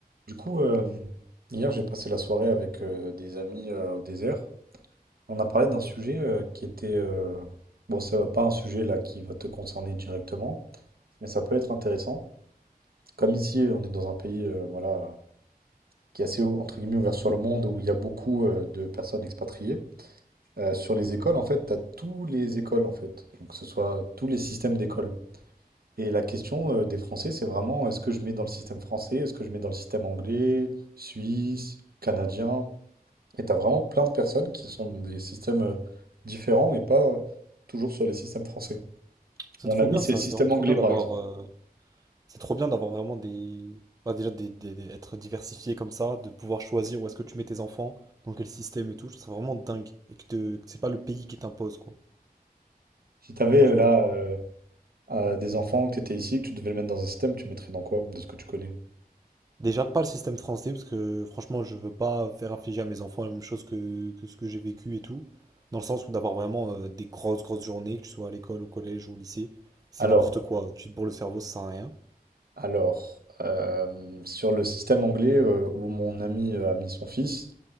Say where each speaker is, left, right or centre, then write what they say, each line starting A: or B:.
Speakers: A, on the right (about 70°); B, on the right (about 25°).
A: Du coup, euh, hier, j'ai passé la soirée avec euh, des amis euh, au désert. On a parlé d'un sujet euh, qui était... euh, Bon, ça va pas un sujet là qui va te concerner directement, mais ça peut être intéressant. Comme ici, on est dans un pays euh, voilà, qui est assez, ou- entre guillemets, ouvert sur le monde, où il y a beaucoup euh, de personnes expatriées. euh, sur les écoles, en fait, tu as tous les écoles, en fait. Donc, que ce soit tous les systèmes d'école. Et la question euh, des Français, c'est vraiment, est-ce que je mets dans le système français, est-ce que je mets dans le système anglais, suisse, canadien? Et t'as vraiment plein de personnes qui sont dans des systèmes euh, différents et pas euh, toujours sur les systèmes français.
B: C'est
A: Mon
B: trop
A: ami,
B: bien
A: c'est
B: ça,
A: le système
B: c'est vraiment trop
A: anglais,
B: bien d'avoir
A: par exemple.
B: euh, c'est trop bien d'avoir vraiment des bah, déjà des, des- des- être diversifié comme ça, de pouvoir choisir où est-ce que tu mets tes enfants, dans quel système et tout, je trouve ça vraiment dingue et que, te- que c'est pas le pays qui t'impose quoi,
A: Si t'avais euh,
B: tu
A: là
B: vois.
A: euh, euh, des enfants, que t'étais ici, que tu devais le mettre dans un système, tu mettrais dans quoi, de ce que tu connais?
B: Déjà pas le système français parce que franchement, je veux pas faire infliger à mes enfants la même chose que, que ce que j'ai vécu et tout, dans le sens où d'avoir vraiment euh, des grosses grosses journées que tu sois à l'école, au collège ou au lycée, c'est
A: Alors,
B: n'importe quoi, tu te bourres le cerveau, ça sert à rien.
A: alors, euh, sur le système anglais euh, où mon ami euh, a mis son fils,